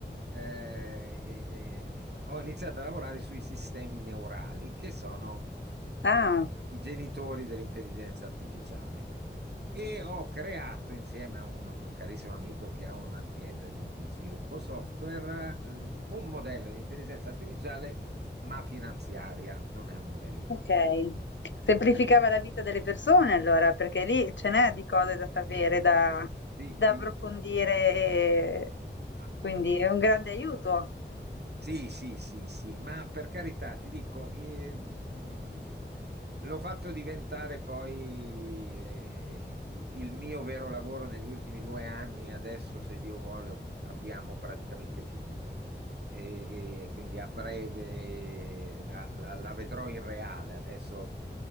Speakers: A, on the right; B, on the left.
A: eh, eh, eh, ho iniziato a lavorare sui sistemi neurali, che sono
B: Ah,
A: i genitori dell'intelligenza artificiale. E ho creato insieme a un, un carissimo amico che ha un'azienda di, di sviluppo software, eh, un modello di intelligenza artificiale, ma finanziaria, non è un modello linguistico.
B: ok. Semplificava
A: Sì,
B: la vita delle persone allora, perché lì ce n'è di cose da sapere, da,
A: sì, sì.
B: da
A: sì,
B: approfondire,
A: sì. Ah,
B: quindi è un grande aiuto.
A: Sì, sì, sì, sì, ma per carità, ti dico, eh, mh, l'ho fatto diventare poi eh, il mio vero lavoro negli ultimi due anni, adesso se Dio vuole abbiamo praticamente finito e, e quindi a breve la, la- la vedrò in reale, adesso